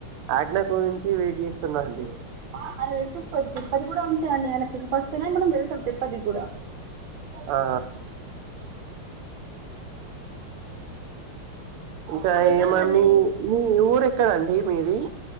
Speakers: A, on the right (about 85°); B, on the right (about 70°).
A: ఆజ్ఞ గురించి వెయిట్ జేస్తున్న అండి.
B: ఆ ఆయన పిల్పిచుకోడు తిరుపతి గూడా అంతే అండి ఆయన పిలుపస్తేనే మనం వెళ్తాం తిరుపతిగ్గుడా.
A: ఆ ఇంకా
B: వెళ్ళాలండి
A: ఏ మ మీ, మీ ఊరెక్ ఎక్కడండి మీది,